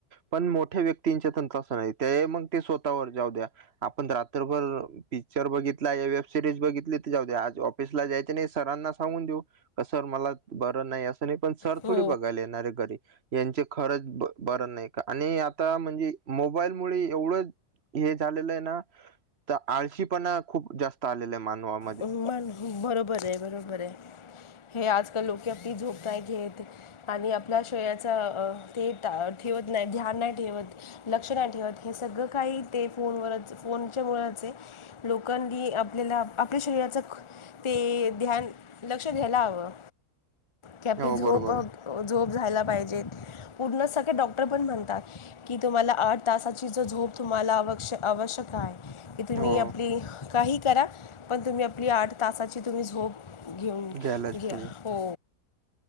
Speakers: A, on the right; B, on the left.
A: पण मो ठे व्यक्तींच्या तंत्रास नाही तेय मंग ते स्वतःवर जाऊ द्या. आपण रात्रभर पिक्चर बघितलाय वेब सिरीज बघितली तर जाऊ द्या आज ऑफिसला जायचे नाही सरांना सांगून देऊ का सर मला बरं नाहीय त्याने पण सर
B: हो
A: थोडं बघायला येणार आहे घरी यांचं खरंच ब बरं नाय का आणि आप आत्ता म्हणजे मोबाईल मुळे एवढं हे झालं आहे ना. तर आळशी पणा खूप आलेला आहे मानवामध्ये.
B: हो बरोबर आहे. बरोबर आहे. आजकाल लोकं झोप नाही घेत. आणि आपल्या शरीराचा ते ठेवत नाही ध्यान नाही ठेवत. लक्ष नाही ठेवत हे सगळ काही ते फोनवरच फोनमुळेच आहे. लोकांनी आपल्याला आपल्या शरीराचं ते ध्यान लक्ष द्यायला हवं. की आपली
A: हो
B: झोप
A: बरोबर आहे
B: झोप झायला पाहिजेत पूर्णच सगळे डॉक्टर पण म्हणतात. की तुम्हाला आठ तासाची जो झोप तुम्हाला आवश्य आवश्यक आहे. कि तुम्ही
A: हो
B: आपली काही करा पण तुम्ही आपली आठ तासाची तुम्ही झोप घेऊन
A: घ्यायलाच पाहिजे.
B: घ्या हो.